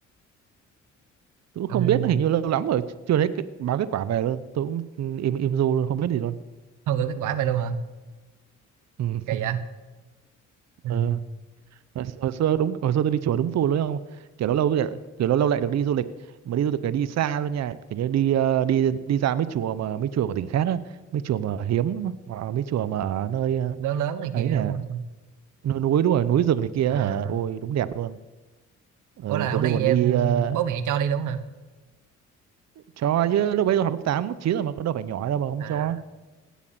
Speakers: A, on the right; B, on the right.
A: tôi cũng
B: ông
A: không biết nó hình như lâu lắm rồi chưa thấy cái, báo kết quả về luôn tôi cũng im im du luôn không biết gì luôn
B: không gửi kết quả vậy luôn hả
A: ừ.
B: kỳ vậy ừ.
A: ờ. hồi, hồi xưa đúng hồi xưa tôi đi chùa đúng phù luôn không kiểu lâu lâu cứ- kiểu lâu lâu lại được đi du lịch mà đi du lịch cái đi xa luôn nha kiểu như đi ờ, đi đi ra mấy chùa mà mấy chùa của tỉnh khác á mấy chùa mà hiếm hoặc là mấy chùa mà ở nơi ờ,
B: lớn lớn này
A: ấy
B: kia
A: nè
B: đúng không
A: núi núi đúng rồi núi rừng này kia
B: à
A: hả ôi đúng đẹp luôn ờ,
B: ủa là
A: tụi
B: ông
A: tôi
B: đi
A: còn
B: về
A: đi
B: ừ,
A: ờ,
B: bố mẹ cho đi đúng hả
A: cho chứ lúc bấy tôi học lớp 8 lớp 9 rồi mà có đâu phải nhỏ đâu mà không
B: à
A: cho